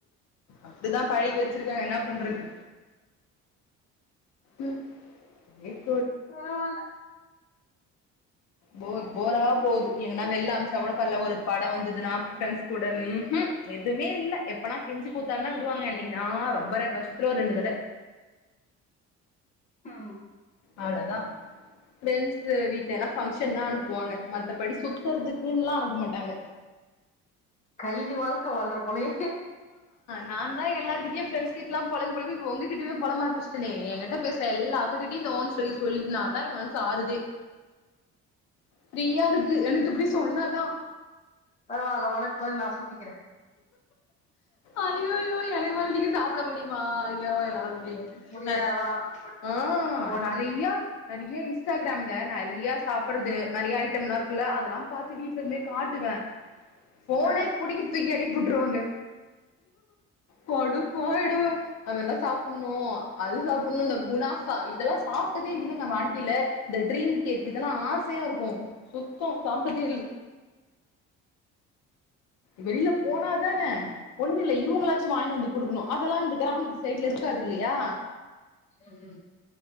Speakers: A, on the left; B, on the left.
A: அப்டிதா பழகி வச்சிருக்காங்க என்ன பண்றது ம் அப்டியே
B: பரவால்ல
A: போர் போரா போது எங்கன்னா வெள்ல அம்ச்சா கூட பரல ஒரு படோ வந்ததுனா ஃப்ரண்ட்ஸ் கூட ம்ஹும் எதுமே இல்ல எப்பனா கெஞ்சி கூத்தாட்னா விடுவாங்க என்னிக்கினா ரொம்ப ரேர் வருஷத்துல ஒரு ரெண்டு தட
B: ஆ
A: அவ்ளதா ஃப்ரெண்ட்ஸு வீட்லலா ஃபங்க்ஷ் ஷன்னா அனுப்புவாங்க மத்தபடி சுத்துறதுக்குன்லா அனுப்ப மாட்டாங்க
B: கைதி வாழ்க்க வாழ்ற போலேயே
A: நாந்தா எல்லாருக்கிட்டயு ஃப்ரெண்ட்ஸ் கிட்லா பொலம் பொலம்பி இப்ப உங்ககிட்டயுமே பொலம்ப ஆரம்பிச்டேனே எங்கிட்ட பேசுற எல்லா அக்கா கிட்டயு இந்த ஒன்ஸ் <unintelligible> சொல்லினாதா ஏ மனசு ஆறுதே ஃப்ரீயா இருக்கு எனக்கு இப்டி சொன்னாதா
B: பரவால்ல ஒனக் பதில் நா சுத்திக்கிறே
A: ஐயோயோ எனக்கு பதில் நீங்க சாப்ட முடியுமா ஐயோ என்னால மு எ
B: முடியாதா
A: அ
B: பட்
A: ஆ
B: ஒன்னே
A: நறையா நறைய இன்ஸ்டாகிராம்ல நறைய சாப்புட்றது நறைய ஐட்டம்லா இருக்குல்ல அதெல்லா பாத்து வீட்லேந்தே காட்டுவே ஃபோனே
B: ஆ
A: புடிங்கி தூக்கி அடிபோட்ருவாங்க கடுப்பாயிடுவே அது மார்லா சாப்புட்ணூ அது சாப்புட்ணூ இந்த குனாஃபா இதெல்லா சா ஆப்டதே இல்லைங்க வாழ்க்கைல இந்த ட்ரீம் கேக் இதெல்லா ஆசையார்க்கூ சுத்தோ சாப்ட்டதே இல் வெளியில போனாதானே ஒன்னு இல்ல இவுங்களாச்சு வாங்கினு வந்து குடுக்கணு அதெல்லா இந்த கிராமத்து சைட்ல இருக்காது இல்லியா
B: ம் ம்